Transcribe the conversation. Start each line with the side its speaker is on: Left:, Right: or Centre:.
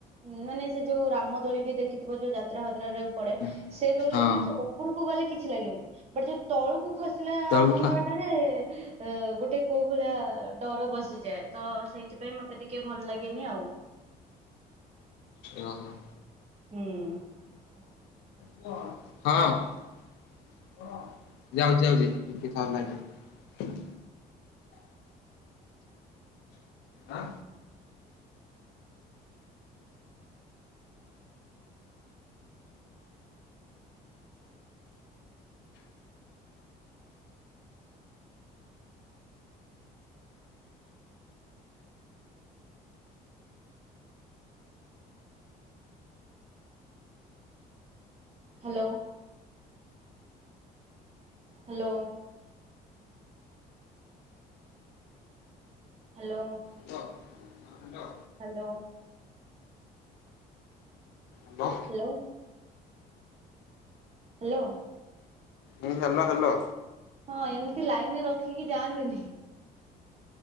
Right: ଉଁ ମାନେ ସେ ଯୋଉ ରାମଦୋଳି ବି ଦେଖିଥିବ ଯୋଉ ଯାତ୍ରା ଫାତ୍ରା ରେ ପଡେ।
Left: ହୁଁ।
Right: ସେ ଦୋଳିରେ
Left: ହଁ
Right: ବି ସେ ଉପରକୁ ଗଲେ କିଛି ଲାଗିବନି ବଟ ଯୋଉ ତଳକୁ ଖସିଲା
Left: ତଳକୁ
Right: ସମ
Left: ଖ
Right: ୟ ରେ। ଏ ଗୋଟେ କୋଉ ଭଳିଆ ଡର ପସିଯାଏ ତ ସେଇଥି ପାଇଁ ମତେ ଟିକେ ଭଲ ଲାଗେନି ଆଉ।
Left: ଓ ହୋ।
Right: ହୁଁ।
Left: <unintelligible> ହଁ। <unintelligible> ଯାଉଛି ଯାଉଛି ଟିକେ ଥାଅ ଲାଇନ ରେ। ଆଁ
Right: hello. Hello. Hello.
Left: Hello hello
Right: hello.
Left: Hello
Right: hello. Hello.
Left: ଏ ହାଲୋ ହାଲୋ।
Right: ହଁ ଏମିତି ଲାଇନରେ ରଖିକି ଯାଆନ୍ତିନି।